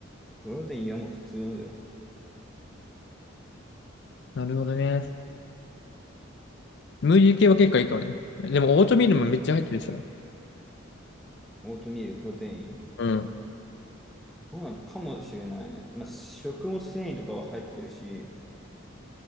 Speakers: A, in the centre; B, on the left.
A: プロテインいやもう普通のだよ。
B: なるほどね。ムーディー系は結構いいかもね。でもオートミールもめっちゃ入ってるでしょ。
A: オートミールプロテイン
B: うん。
A: どうなんかもしれないね。まあ、食物繊維とかは入ってるし、